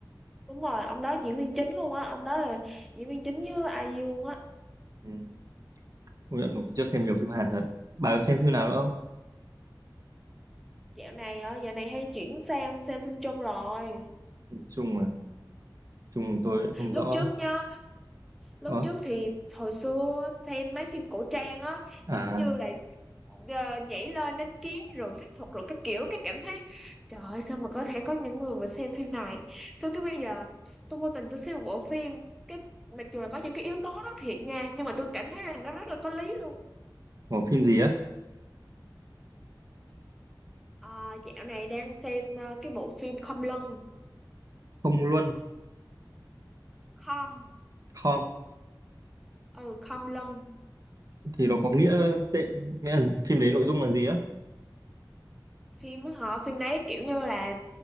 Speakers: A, in the centre; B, on the right.
A: đúng rồi ông đó diễn viên chính luôn á ông đó là diễn viên chính với IU luôn á
B: ừ. tôi đã đủ- chưa xem nhiều phim Hàn thật bà có xem phim nào nữa không
A: dạo này ờ, dạo này hay chuyển sang xem phim trung rồi
B: phim Trung à Trung
A: ừ
B: tôi không
A: lúc
B: rõ
A: trước nhá lúc
B: đó
A: trước thì hồi xưa xem mấy phim cổ trang á
B: à
A: kiểu như là ờ, nhảy lên đánh kiếm rồi phép thuật rồi các kiểu cái cảm thấy trời ơi sao mà có thể có những người mà xem phim này xong cái bây giờ tôi vô tình tôi xem một bộ phim cái mặc dù là có những cái yếu tố đó thiệt nha nhưng mà tôi cảm thấy là nó rất là có lý luôn
B: có phim gì á
A: Ờ, dạo này đang xem ờ, cái bộ phim Khom Lưng
B: không luôn
A: Khom
B: com
A: ừ Khom Lưng
B: thì nó có nghĩa tệ nghĩa là phim đấy nội dung là gì á
A: phim họ phim đấy kiểu như là